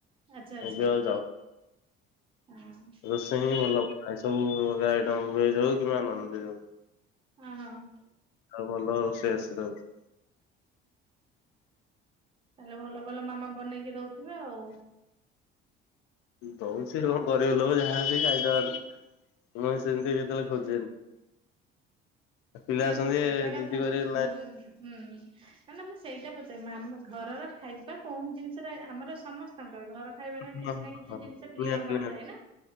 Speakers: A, on the right; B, on the left.
A: ଆଚ୍ଛା ଆଚ୍ଛା
B: ଏବେ ଆଉ
A: ହଁ।
B: ସବୁ ହିଁ ଭଲ ବନାଏ। ସବୁ ଅଲଗା ଆଇଟମ୍ ଭେଜ୍ ହଉ କିମ୍ବା ନନ ଭେଜ୍ ହଉ।
A: ହଁ ହଁ।
B: ତାକୁ ଭଲ ରୋଷେଇ ଆସେ ତାକୁ।
A: ତାହେଲେ ଭଲ ଭଲ ମାମା ବନେଇକି ଦଉଥିବେ ଆଉ।
B: ଦଉଚି କଣ ଗରିବ ଲୋକ ଯାହା ଯେମିତି ଖାଇଦବା କଥା। ମୁଁ ସେମିତି କେତେବେଳେ ଖୋଜେନି। ପିଲା
A: ନା ନା
B: ଅଛନ୍ତି
A: ମୁଁ ସେଟା କଥା
B: ଜିଦି କରିବେ ନାଇଁ
A: ନା ଉଁ ମାନେ ମୁଁ ସେଇଟା ପଚାରୁନି ମାମା ଘରର ଖାଇବା କୋଉ ଜିନିଷ ର ଆମର ସମସ୍ତ ଙ୍କର ଘର ଖାଇବାରେ
B: ନିହାତି
A: କିଛି ନା କିଛି ଜିନିଷ ପ୍ରିୟ
B: ନିହାତି
A: ଆମର ଥାଏ ନା।